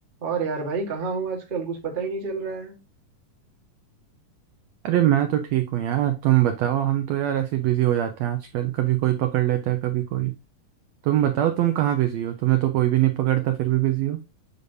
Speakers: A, on the right (about 35°); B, on the right (about 80°).
A: और यार भाई कहाँ हूँ आजकल कुछ पता ही नहीं चल रहा है
B: अरे मैं तो ठीक हूँ यार तुम बताओ हम तो यार ऐसे बिजी हो जाते हैं आजकल कभी कोई पकड़ लेता है कभी कोई तुम बताओ तुम कहाँ बिजी हो तुम्हें तो कोई भी नहीं पकड़ता फिर भी बिजी हो